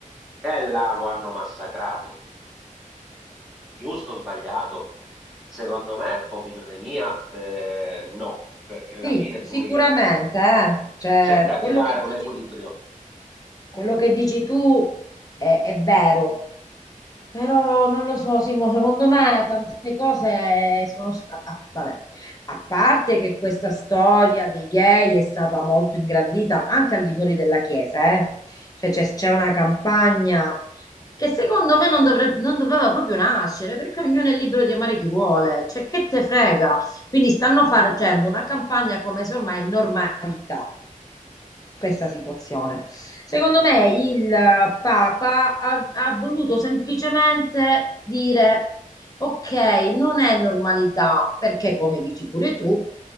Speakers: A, in the centre; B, on the left.
A: E là lo hanno massacrato. Giusto o sbagliato? Secondo me, opinione mia, eh, no, perché alla
B: Sì,
A: fine
B: sicuramente,
A: lui
B: eh. Cioè,
A: cerca di
B: quello
A: dare
B: che
A: un
B: dici
A: equilibrio.
B: tu, quello che dici tu è, è vero, però non lo so, Simo, secondo me tante cose sono... s- a- a- Vabbè, a parte che questa storia dei gay è stata molto ingrandita anche al di fuori della Chiesa, eh. Cioè c'è c'è una campagna che secondo me non, dovrebbe, non doveva proprio nascere, perché ognuno è libero di amare chi vuole, cioè che te frega? Quindi stanno facendo una campagna come se ormai è normalità questa situazione. Secondo me il Papa ha, ha voluto semplicemente dire, ok, non è normalità, perché come dici pure tu,